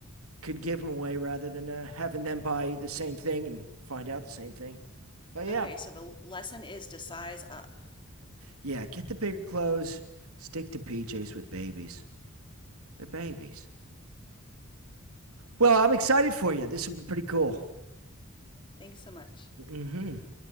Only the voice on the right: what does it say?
could give them away rather than uh, having them buy the same thing and find out the same thing. But yeah,
yeah, get the bigger clothes. Stick to PJs with babies. They're babies. Well, I'm excited for you. This will be pretty cool.
hmm